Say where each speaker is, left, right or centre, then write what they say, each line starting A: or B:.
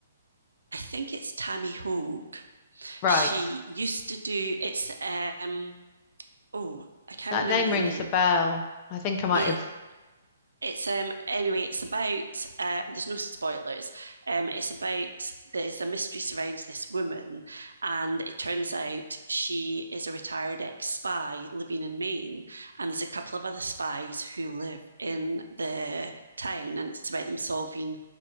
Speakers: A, on the right; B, on the left.
A: I think it's Tammy Hogue.
B: Right.
A: She used to do it's um oh I can't
B: That
A: remember
B: name rings
A: the name.
B: a bell. I think I might
A: Yeah,
B: have.
A: it's um anyway it's about uh, there's no spoilers. Um, it's about there's a mystery surrounds this woman, and it turns out she is a retired ex spy living in Maine, and there's a couple of other spies who live in the town, and it's about them solving